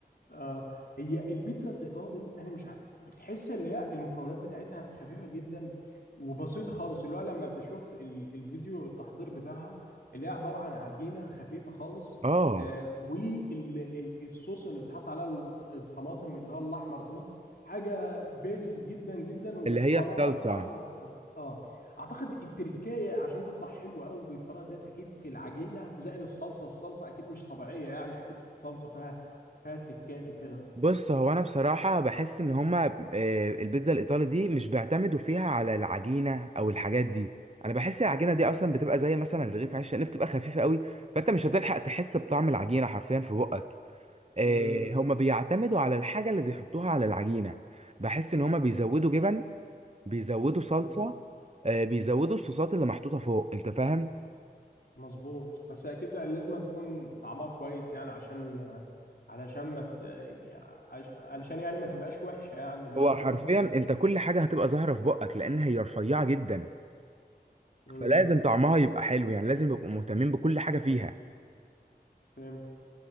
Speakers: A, on the left; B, on the right.
A: آه هي البيتزا الايطالي انا مش ع... بتحس اللي هي المكونات بتاعتها خفيفه جدا وبسيطه خالص اللي هو لما بشوف ال- الفيديو التحضير بتاعها اللي هي عباره عن عجينه خفيفه خالص
B: اه
A: آه والصوص اللي بتحط عليها الط- الطماطم اللي هو الاحمر دوت حاجه بيزي جدا جدا وبيحطوا
B: اللي هي الصلصة
A: عليها ريحان وكان اه اعتقد التركايه عشان تطلع حلوه قوي بالطريقه ديت اكيد في العجينه زائد الصلصه الصلصه اكيد مش طبيعيه يعني اكيد صلصه فيها فيها تريكات وكده
B: بص هو انا بصراحه بحس ان هما آه، البيتزا الايطالي دي مش بيعتمدوا فيها على العجينه او الحاجات دي انا بحس العجينه دي اصلا بتبقى زي مثلا رغيف عيش لان بتبقى خفيفه قوي فانت مش هتلحق تحس بطعم العجينه حرفيا في بقك آه،
A: امم
B: هما بيعتمدوا على الحاجه اللي بيحطوها على العجينه بحس ان هما بيزودوا جبن بيزودوا صلصه
A: امم
B: آه، بيزودوا الصوصات اللي محطوطه فوق انت فاهم
A: مظبوط بس اكيد لازم تكون طعمها كويس يعني عشان علشان ما ت... عش- علشان يعني ما تبقاش وحشه يعني اللي
B: فهو
A: هو الفكره
B: حرفيا
A: في كده
B: انت كل حاجه هتبقى ظاهره في بقك لان هي رفيعه جدا
A: امم
B: فلازم طعمها يبقى حلو يعني لازم يبقوا مهتمين بكل حاجة فيها
A: فهمت